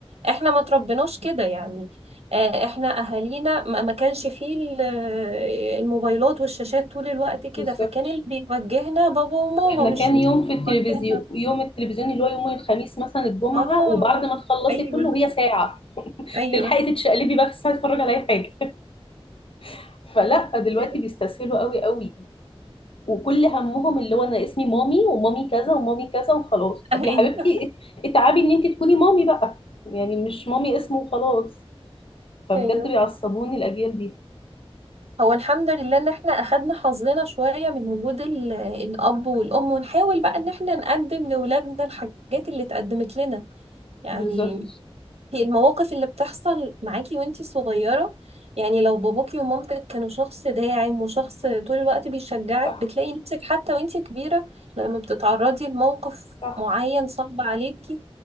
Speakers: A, on the right (about 85°); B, on the left (about 60°).
A: احنا ما تربناش كده يعني آه، احنا اهالينا ما ما كانش فيه ال- آه، الموبايلات والشاشات طول الوقت كده
B: بالظبط
A: فكان اللي بيوجهنا بابا وماما
B: احنا
A: مش
B: كان
A: مش
B: يوم في التلفزيون
A: بيوجهنا
B: يوم التلفزيون اللي هو يوم الخميس مثلا الجمعة
A: اه
B: وبعد ما تخلصي
A: ايوه
B: كله هي ساعة
A: ايوه
B: تلحقي تتشقلبي بقى في الساعة تتفرج على اي حاجة <laughs> فلا فدلوقتي
A: <laughs>
B: بيستسهلوا قوي قوي وكل همهم اللي هو انا اسمي مامي ومامي كذا ومامي كذا وخلاص
A: ايوه
B: طب يا حبيبتي اتعبي ان انت تكوني مامي بقى يعني مش مامي اسمه وخلاص فبجد
A: ايوه
B: بيعصبوني الاجيال دي
A: هو الحمد لله ان احنا اخدنا حظنا شويه من وجود ال- الاب والام ونحاول بقى ان احنا نقدم لاولادنا الحاجات اللي اتقدمت لنا يعني
B: بالظبط
A: في المواقف اللي بتحصل معاكي وانتي صغيرة يعني لو باباكي ومامتك كانوا شخص داعم وشخص طول الوقت بيشجعك
B: صح
A: بتلاقي نفسك حتى وانتي كبيرة لما بتتعرضي لموقف
B: صح
A: معين صعب عليكي